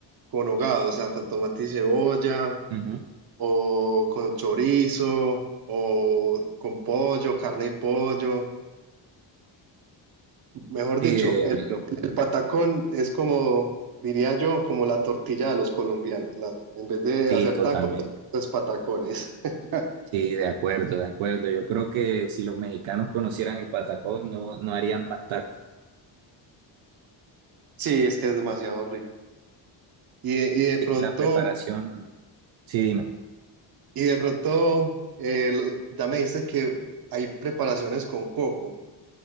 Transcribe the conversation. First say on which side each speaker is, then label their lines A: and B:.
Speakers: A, on the right; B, on the right.
A: con hogado, o sea, con tomate y cebolla,
B: Ujú.
A: o con chorizo, o con pollo, carne y pollo. Mejor dicho,
B: Sí, eh,
A: el,
B: lo-
A: el patacón es como, diría yo, como la tortilla de los colombianos. La- en vez de
B: sí,
A: hacer
B: totalmente.
A: tacos, es patacones. <laughs>
B: Sí, de acuerdo, de acuerdo. Yo creo que si los mexicanos conocieran el patacón, no, no harían más tacos.
A: Sí, es que es demasiado rico. Y, de- y de
B: Sí,
A: pronto,
B: Y la preparación, sí, dime.
A: y de pronto, eh, lo- ya me dices que hay preparaciones con coco.